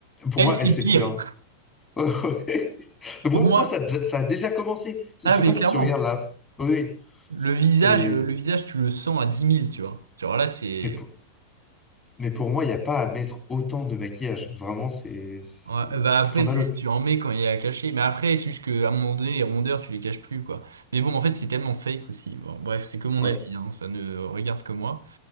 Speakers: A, on the left (about 20°); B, on the right (about 70°).
A: Pour
B: elle,
A: moi,
B: c'est
A: elle, c'est
B: pire.
A: pire. <laughs> Mais pour
B: Pour moi,
A: moi, ça, ça a déjà commencé. Je
B: ah,
A: sais
B: mais
A: pas si
B: clairement,
A: tu regardes là. Oui, oui,
B: le visage,
A: c'est.
B: euh, le visage, tu le sens à dix mille, tu vois. Tu vois, là, c'est.
A: Mais pour, mais pour moi, il n'y a pas à mettre autant de maquillage. Vraiment, c'est c'est-
B: Ouais, bah
A: c'est
B: après,
A: scandaleux.
B: tu, tu en mets quand il est à cacher. Mais après, c'est juste qu'à un moment donné, les rondeurs, tu les caches plus, quoi. Mais bon, en fait, c'est tellement fake aussi. Bon, bref, c'est que mon
A: Ouais.
B: avis, hein, ça ne regarde que moi.